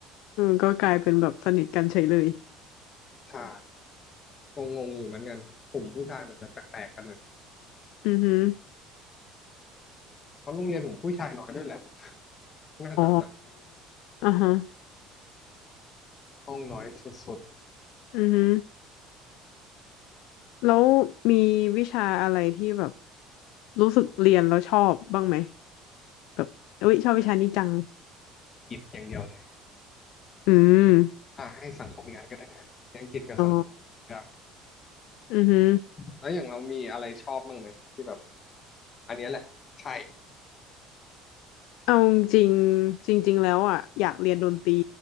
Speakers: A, on the left; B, on the left.
A: เออก็กลายเป็นแบบสนิทกันเฉยเลย
B: ใช่งงๆอยู่เหมือนกันกลุ่มผู้ชายมันจะแปลกๆกันเลย
A: อือฮึ
B: เพราะโรงเรียนผมผู้ชายน้อยด้วยแหละน่าจะนะ
A: อ๋ออ่าฮะ
B: ห้องน้อยสุด
A: อือฮึแล้วมีวิชาอะไรที่แบบรู้สึกเรียนแล้วชอบบ้างไหมแบบเอ้ยชอบวิชานี้จัง
B: ๆอังกฤษอย่างเดียวเลย
A: อืม
B: อ่าให้สังคมอีกอันก็ได้อังกฤษกับสังคมอยาก
A: อ๋ออือฮึ
B: แล้วอย่างเรามีอะไรชอบบ้างไหมที่แบบอันเนี้ยแหละใช่
A: เอาจริงๆจริงๆแล้วอ่ะอยากเรียนดนตรี